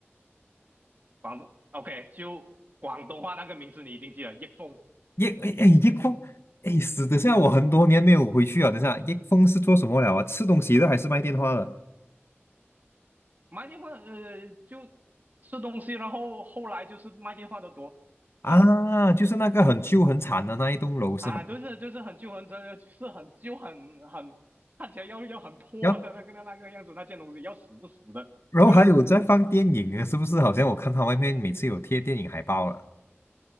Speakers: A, on the right; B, on the left.
A: 广东，OK，就广东话那个名字你已经记了，益丰
B: 一哎哎，一封，哎，死等下我很多年没有回去啊。等下一封是做什么了啊？吃东西的还是卖电话的？
A: 卖电话，呃，就吃东西，然后后来就是卖电话的多啊
B: 啊，就是那个很旧很惨的那一栋楼是吗？
A: 啊，都是就是很旧很真的是很旧很很看起来要要很破的那个那那个样子，
B: 然后
A: 那件东西要死不死的。
B: 然后还有在放电影啊，
A: <laughs>
B: 是不是？好像我看他外面每次有贴电影海报了，